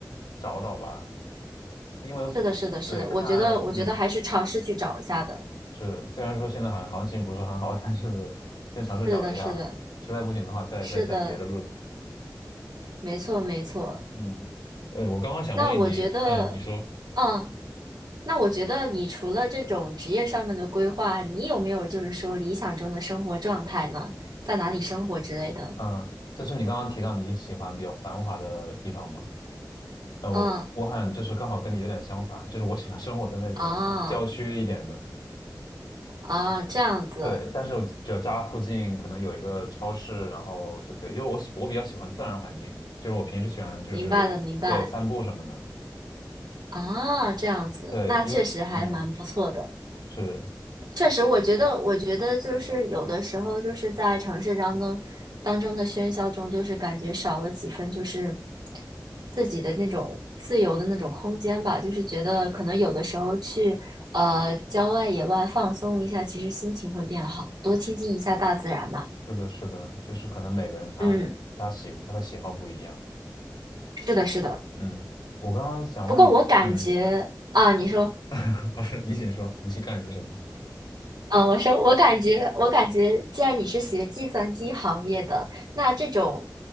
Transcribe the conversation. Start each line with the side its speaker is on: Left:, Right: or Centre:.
Left: 找找吧，因为
Right: 是的，是的，是的，
Left: 对看，
Right: 我觉得，我觉得还是尝试去找一下的。
Left: 嗯，是，虽然说现在好像行情不是很好，但是先尝试找一下，
Right: 是的，是的，
Left: 实在不行的话再再想别的路子。
Right: 是的，没错，没错。
Left: 嗯，哎，我刚刚想问你，
Right: 那我觉得，
Left: 嗯，你说，
Right: 嗯，那我觉得你除了这种职业上面的规划，你有没有就是说理想中的生活状态呢？在哪里生活之类的？
Left: 嗯，就是你刚刚提到你喜欢比较繁华的地方吗？呃，
Right: 嗯，
Left: 我我好像就是刚好跟你有点相反，就是我喜欢生活在那种郊区一点的。
Right: 啊啊，这样子，
Left: 对，但是我只要家附近可能有一个超市，然后就可以，因为我喜我比较喜欢自然环境，就是我平时喜欢就是对散步什么的。
Right: 明白了，明白啊，这样子，
Left: 对，
Right: 那确实还蛮不错的。
Left: 因为嗯，是
Right: 确实，我觉得，我觉得就是有的时候，就是在城市当中当中的喧嚣中，就是感觉少了几分，就是自己的那种自由的那种空间吧。就是觉得可能有的时候去呃郊外野外放松一下，其实心情会变好，多亲近一下大自然吧。
Left: 是的，是的，就是可能每个人他他喜他的喜好不一样。
Right: 嗯，是的，是的。
Left: 嗯，我刚刚想问你，
Right: 不过我感觉啊，
Left: 嗯，
Right: 你说。
Left: <laughs> 老师，你请说，你是感觉什么？
Right: 嗯，我说，我感觉，我感觉，既然你是学计算机行业的，那这种，